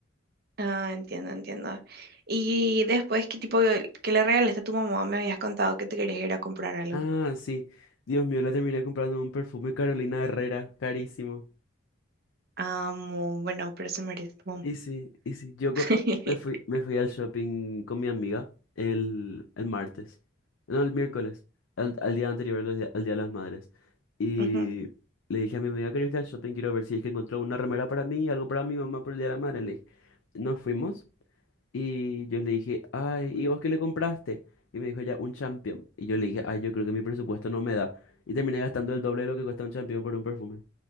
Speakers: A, on the right; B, on the left.
A: Ah, entiendo, entiendo. Y después, ¿qué tipo, de- qué le regalaste a tu mamá? Me habías contado que te querías ir a comprar algo.
B: Ah, sí. Dios mío, le terminé comprando un perfume Carolina Herrera, carísimo.
A: Amo, bueno, pero eso merece como-
B: Ese, ese. Yo
A: <laughs>
B: co- me fui, me fui al shopping con mi amiga el, el martes. No, el miércoles. Al, al día anterior, al día, al Día de las Madres. Y
A: Ujú.
B: le dije a mi amiga, ¿querés ir al shopping? Quiero ver si es que encontró una remera para mí y algo para mi mamá por el Día de la Madre. Le dije, nos fuimos y yo le dije, ay, ¿y vos qué le compraste? Y me dijo ya, un champion. Y yo le dije, ay, yo creo que mi presupuesto no me da. Y terminé gastando el doble de lo que cuesta un champion por un perfume.